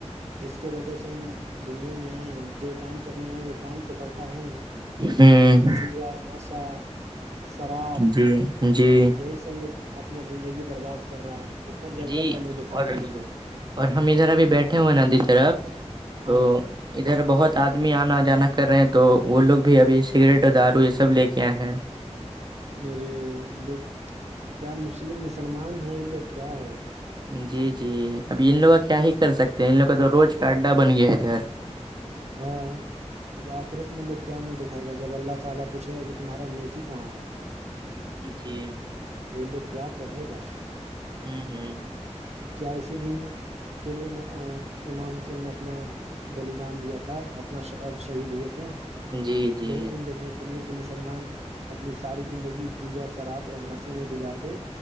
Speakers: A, on the right (about 70°); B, on the right (about 40°).
A: جس کی وجہ سے ہم دنیا میں آئے ہیں جو کام کرنے آئے وہ کام تو کرتا ہے نہیں
B: ہ
A: جوا نش شراب
B: جی جی
A: یہ <unintelligible> یہ سب میں اپنا زندگی برباد کر رہا ہے اوپر جا
B: جی
A: کے کیا منہ دکھائے
B: اور
A: گا وہ لوگ
B: اور ہم ادھر ابھی بیٹھے ہوئے ندی طرف
A: ہاں
B: تو
A: جی
B: ادھر بہت آدمی آنا جانا کر رہے ہیں تو وہ لوگ بھی ابھی سگریٹ اور دارو یہ سب لے کے آئے ہیں
A: مرے یہ لوگ کیاس مسلمان ہے یہ لوگ کیا ہے <unintelligible>
B: جی جی ابھی ان لوگ کا کیا ہی کر سکتے ہیں ان لوگوں کا تو روز کا اڈا بن گیا ہے ادھر
A: ہاں اب آخرت م میںیر لو کیا منہ دکھائے گا جب اللہ تالی پوچھ گا کہ تمہارا نیکی کہاں ہے <unintelligible>
B: جی
A: ولو کیا کہے گا <unintelligible>
B: ہوں ہوں <unintelligible>
A: کیا اسی دن کے لیے امام حسین نے اپنا بلیدان دیا تھا تھا اپنا شہید ہوئے تھے
B: جی جی
A: یہی دن دیکھنے کے کے لیے کہ مسلمان اپنی ساری زندگی جوا شراب اور نشے میں گزار دے